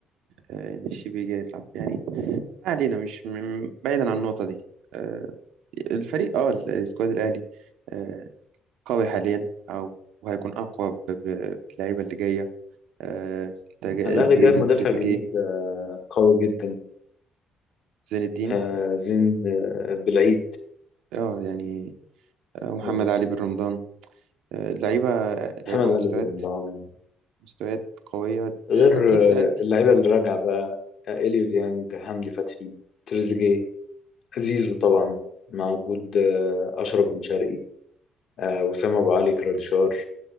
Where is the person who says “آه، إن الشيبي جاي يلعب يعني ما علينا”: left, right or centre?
Right